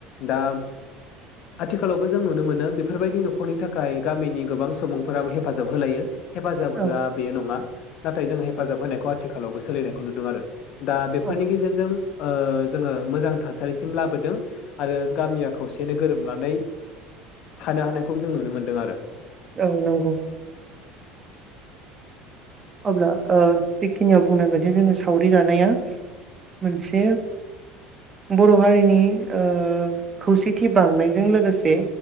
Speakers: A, on the left (about 55°); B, on the right (about 30°).
A: दा आथिखालावबो जों नुनो मोनो बेफोरबायदि न'खरनि थाखाय गामिनि गोबां सुबुंफोराबो हेफाजाब होलायो। हेफाजाब
B: औ
A: होआ बे नङा। नाथाय जों हेफाजाब होनायखौ आथिखालावबो सोलिनायखौ नुदों आरो दा बेफोरनि
B: औ
A: गेजेरजों ओ जोङो मोजां थासारिसिम लाबो दों आरो गामिया खौसेनो गोरोबनानै थानो हानायखौबो जों नुनो मोनदों आरो
B: औ नंगौ। अब्ला ओ बेखिनियाव बुंनांगोनदिे जोङो सावरि जानाया मोनसे बर' हारिनि ओ खौसेथि बांनायजों लोगोसे